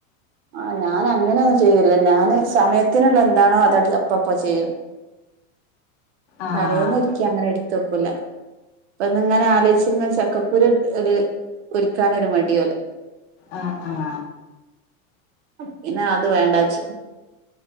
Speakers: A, on the right; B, on the left.
A: ആഹ് ഞാൻ അങ്ങനൊന്നും ചെയ്യൂല്ല ഞാന് സമയത്തിനുള്ള എന്താണോ അത അപ്പപ്പ ചെയ്യ.
B: ആഹ്
A: തലേന്ന് ഒരിക്കി അങ്ങനെ എട്ത്ത് വെക്കൂല. ഇപ്പന്ന്ങ്ങനെ ആലോയ്ച്ച് ങ്ങനെ ചക്കക്കുര് ഒരു ഒര്ക്കാനൊരു മടിഓലെ.
B: ആഹ് ആഹ്
A: പിന്നെ അത് വേണ്ടാച്ചു